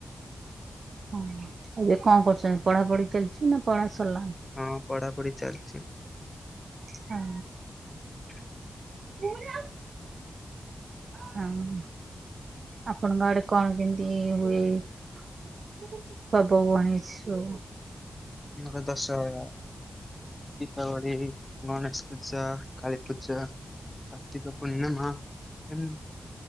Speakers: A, on the right; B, on the left.
A: ହଁ ଏବେ କଁ କରୁଚନ୍ତି, ପଢ଼ାପଢ଼ି ଚାଲିଚି ନାଁ ପଢ଼ା ସରଲାଣି?
B: ହଁ ପଢ଼ାପଢ଼ି ଚାଲଚି।
A: ହଁ
B: ହ <inaudible>
A: ପୁଣି ଆଉ ହଁ। ଆପଣଙ୍କ ଆଡ଼େ କଣ କେନ୍ତି ହୁଏ ପର୍ବପବାଣୀ ଏଚ୍ ସଉ?
B: ମୋର ଦଶହରା, ଦୀପାବଳି, ଗଣେଶ ପୂଜା କାଳୀ ପୂଜା କାର୍ତ୍ତିକ ପୂର୍ଣ୍ଣିମା ଏମ୍